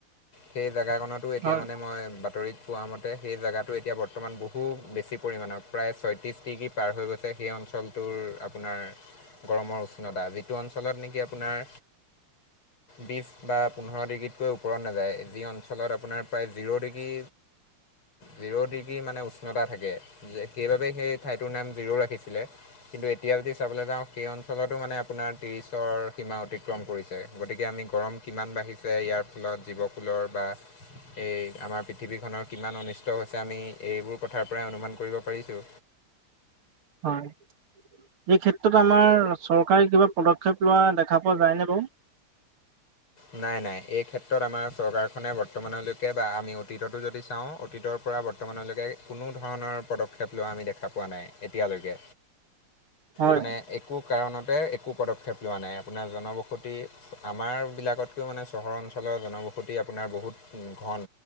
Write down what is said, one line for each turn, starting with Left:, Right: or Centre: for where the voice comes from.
Left: সেই জেগাকনতো এতিয়া
Right: হয়
Left: মানে, মই বাতৰিত পোৱা মতে, সেই জেগাটো এতিয়া বৰ্তমান বহু। খুব বেছি পৰিমাণৰ প্ৰায়, ছয়ত্ৰিছ ডিগ্ৰী পাৰ হৈ গৈছে সেই অঞ্চলটোৰ আপোনাৰ গৰমৰ উষ্ণতা যিটো অঞ্চলত নেকি আপোনাৰ। বিছ বা পোন্ধৰ ডিগ্ৰীতকৈ ওপৰত নাযায়, যি অঞ্চলত আপোনাৰ প্ৰায় জিৰ' ডিগ্ৰী। জিৰ' ডিগ্ৰী মানে উষ্ণতা থাকে। যে সেইবাবেই সেই ঠাইটোৰ নাম জিৰ'ও ৰাখিছিলে। কিন্তু এতিয়া যদি চাবলৈ যাওঁ। সেই অঞ্চলতো মানে আপোনাৰ ত্ৰিছৰ সীমা অতিক্ৰম কৰিছে। গতিকে আমি গৰম কিমান বাঢ়িছে ইয়াৰ ফলত জীৱকুলৰ বা এই আমাৰ পৃথিৱীখনৰ কিমান অনিষ্ট হৈছে আমি এইবোৰ কথাৰ পৰাই অনুমান কৰিব পাৰিছো।
Right: হয়। এই ক্ষেত্ৰত আমাৰ চৰকাৰে কিবা পদক্ষেপ লোৱা দেখা পোৱা যায় নে বাৰু?
Left: <unintelligible> নাই, নাই এই ক্ষেত্ৰত আমাৰ চৰকাৰখনে বৰ্তমানলৈকে বা আমি অতীততো যদি চাওঁ অতীতৰ পৰা বৰ্তমানলৈকে কোনো ধৰণৰ পদক্ষেপ লোৱা আমি দেখা পোৱা নাই এতিয়ালৈকে।
Right: হয়,
Left: মানে একো কাৰণত একো পদক্ষেপ লোৱা নাই। আপোনাৰ জনবসতি আমাৰ বিলাক আগতকৈও মানে চহৰ অঞ্চলৰ জনবসতি আপোনাৰ বহুত ঘন